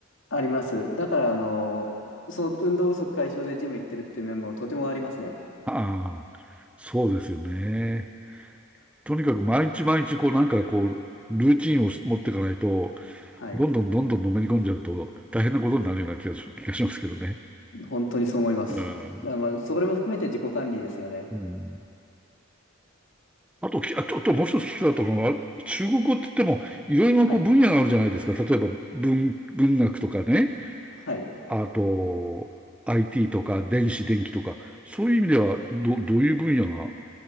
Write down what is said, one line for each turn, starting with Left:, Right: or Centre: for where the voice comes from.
Left: あります。だから、あの、その運動不足解消でジム行ってるって面もとてもありますね。
Centre: ああ、そうですよね。とにかく毎日毎日こうなんかこう、ルーチンを持っていかないと、
Left: はい。
Centre: どんどんどんどんのめり込んじゃうと大変なことになるような気がし気がしますけどね。
Left: 本当にそう思います。
Centre: うん。
Left: だからまあ、それも含めて自己管理ですよね。
Centre: うん。あと、きあと、あともう一つ聞きたかったのは、中国語って言っても、いろいろなこう分野があるじゃないですか。
Left: はい。
Centre: 例えば文、文学とかね、
Left: はい。
Centre: あと、IT とか、電子、電気とか、そういう意味では、ど、どういう分野が、